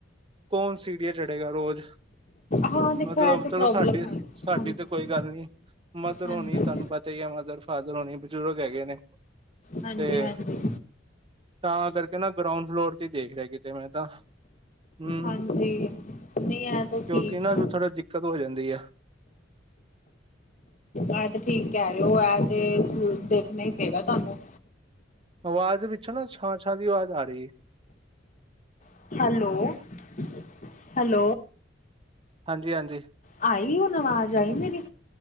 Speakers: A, on the right; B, on the left.
A: ਕੌਣ ਸੀਡੀ ਚੜੇਗਾ ਰੋਜ
B: ਹਾਂ ਦੇਖੋ
A: ਮਤਲਬ,
B: ਇਹ ਤੇ ਪ੍ਰੋਬਲਮ
A: ਚਲੋ ਸਾਡੀੇ
B: ਹੈ
A: ਸਾਡੀ
B: ਹਾਂਜੀ।
A: ਤੇ ਕੋਈ ਗੱਲ ਨੀ, ਮਦਰ
B: ਹਾਂਜੀ,
A: ਹੋਣੀ ਤੁਹਾਨੂੰ ਪਤਾ ਹੀ ਹੈ ਮਦਰ-ਫਾਦਰ ਹੋਣੀ, ਬਜ਼ੁਰਗ ਹੈਗੇ ਨੇ।
B: ਹਾਂਜੀ,
A: ਤੇ
B: ਹਾਂਜੀ
A: ਤਾਂ ਕਰਕੇ ਨਾ ਗਰਾਊਂਡ ਫਲੋਰ ਤੇ ਦੇਖ ਰਿਹਾ ਕਿਤੇ ਮੈਂ ਤਾਂ। ਹੂੰ
B: ਹਾਂਜੀ ਨਹੀਂ ਇਹ ਤਾਂ
A: ਕਿਉਂਕਿ
B: ਠੀਕ
A: ਨਾ
B: ਹੈ।
A: ਥੋੜਾ ਕਦੋਂ ਹੋ ਜਾਂਦੀ ਏ
B: ਆਹ ਤੇ ਠੀਕ ਕਹਿ ਰਹੇ ਹੋ, ਐ ਤੇ ਦੇਖਣਾ ਹੀ ਪਏਗਾ ਤੁਹਾਨੂੰ
A: ਆਵਾਜ਼ ਵਿੱਚੋਂ ਨਾ ਛਾਂ-ਛਾਂ ਦੀ ਆਵਾਜ਼ ਆ ਰਹੀ ਐ।
B: ਹੈਲੋ-ਹੈਲੋ।
A: ਹਾਂਜੀ-ਹਾਂਜੀ।
B: ਆਈ ਹੁਣ ਆਵਾਜ਼ ਆਈ ਮੇਰੀ?